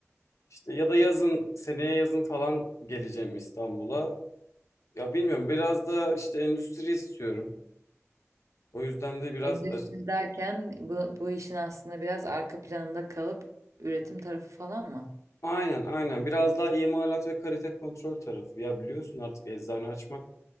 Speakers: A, on the left; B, on the right.
A: İşte ya da yazın seneye yazın falan geleceğim İstanbul'a. Ya bilmiyorum biraz da işte endüstri istiyorum. O yüzden de biraz
B: Endüstri
A: aç-
B: derken bu, bu işin aslında biraz arka planında kalıp üretim tarafı falan mı?
A: aynen aynen biraz daha imalat ve kalite kontrol tarafı. Ya biliyorsun artık eczane açmak